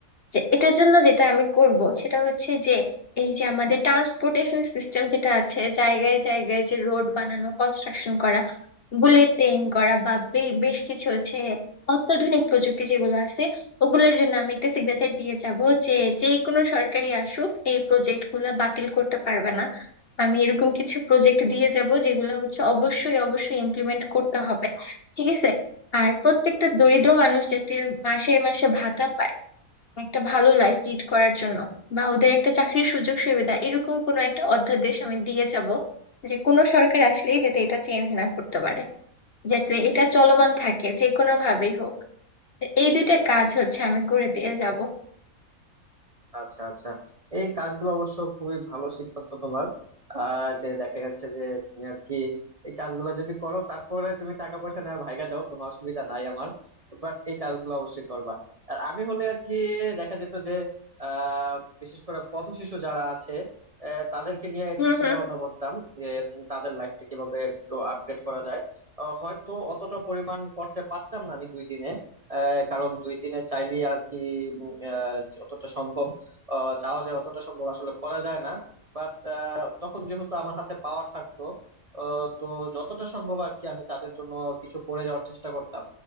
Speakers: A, on the left (about 50°); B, on the right (about 30°).
A: যে এটার জন্য যেটা আমি করব সেটা হচ্ছে যে এই যে আমাদের ট্রান্সপোর্টেশন সিস্টেম যেটা আছে জায়গায় জায়গায় যে রোড বানানো কনস্ট্রাকশন করা বুলেট ট্রেন করা বা বে- বেশ কিছু হচ্ছে অত্যাধুনিক প্রযুক্তি যেগুলো আছে ওগুলোর জন্য আমি একটা সিগনেচার দিয়ে যাব যে যে কোনো সরকারি আসুক এই প্রজেক্ট গুলা বাতিল করতে পারবে না আমি এরকম কিছু প্রজেক্ট দিয়ে যাব যেগুলো হচ্ছে অবশ্যই অবশ্যই ইমপ্লিমেন্ট করতে হবে ঠিক আছে আর প্রত্যেকটা দরিদ্র মানুষ যাতে মাসে মাসে ভাতা পায় একটা ভালো লাইফ লিড করার জন্য বা ওদের একটা চাকরির সুযোগ সুবিধা এরকম কোনো একটা অধ্যাদেশ আমি দিয়ে যাব যে কোনো সরকার আসলেই যাতে এটা চেঞ্জ না করতে পারে যাতে এটা চলমান থাকে যে কোনো ভাবেই হোক তো এই দুইটা কাজ হচ্ছে আমি করে দিয়ে যাব
B: আচ্ছা আচ্ছা এই কাজগুলো অবশ্য খুবই ভালো সিদ্ধান্ত তোমার আহ যে দেখা যাচ্ছে যে তুমি আর কি এই কাজগুলো যদি করো তারপরে তুমি টাকা পয়সা নেওয়া ভাইগা যাও কোনো অসুবিধা নাই আমার বাট এই কাজগুলো অবশ্যই করবা আর আমি হলে আর কি দেখা যেত যে আহ বিশেষ করে পথ শিশু যারা আছে আহ, তাদেরকে নিয়ে একটু
A: হম
B: চিন্তা ভাবনা করতাম যে উম, তাদের লাইফটা কিভাবে একটু আপডেট করা যায় আহ, হয়তো অতটা পরিমাণ করতে পারতাম না আমি দুই দিনে আহ, কারণ দুই দিনে চাইলে আর কি উম, আহ, যতটা সম্ভব আহ, চাওয়া যায় অতটা সম্ভব আসলে করা যায় না বাট তখন যেহেতু আমার হাতে পাওয়ার থাকতো আহ, তো যতটা সম্ভব আর কি আমি তাদের জন্য কিছু করে যাওয়ার চেষ্টা করতাম